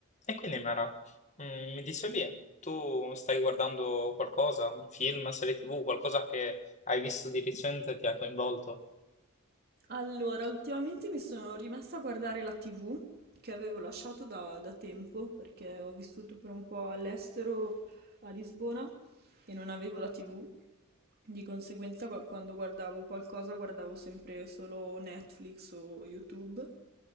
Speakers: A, on the left; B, on the right.
A: E quindi Mara, mm, mi dicevi, tu stai guardando qualcosa, film, serie TV, qualcosa che hai visto di recente e ti ha coinvolto?
B: Allora, ultimamente mi sono rimessa a guardare la TV che avevo lasciato da, da tempo perché ho vissuto per un po' all'estero a Lisbona e non avevo la TV. Di conseguenza, qua- quando guardavo qualcosa, guardavo sempre solo Netflix o YouTube.